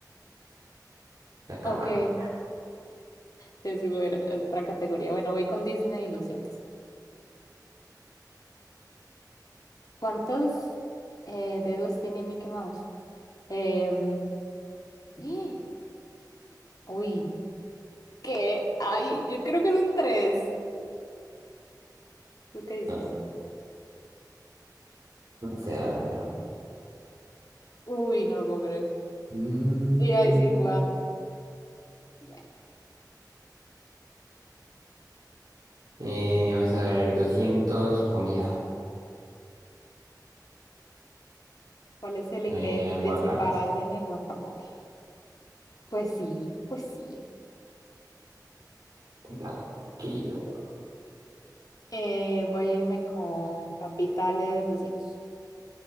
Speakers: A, on the right; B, on the left.
A: Se acabaron.
B: Ok, te sigo ver otra categoría. Bueno, voy con Disney doscientos ¿Cuántos eh, dedos tiene Mickey Mouse? Em, ¡eh! Uy, ¿qué? Ay, yo creo que son tres. ¿Tú qué dices?
A: No, no sé la verdad.
B: Uy, no lo puedo creer.
A: Mm,
B: Iba a decir cuatro. bueno
A: eh, vamos a ver, doscientos comida.
B: ¿Cuál es el
A: Eh,
B: ingrediente
A: aguacate.
B: principal en el guacamole? Pues sí, pues sí.
A: La quiero.
B: Eh, voy a irme con capitales 200.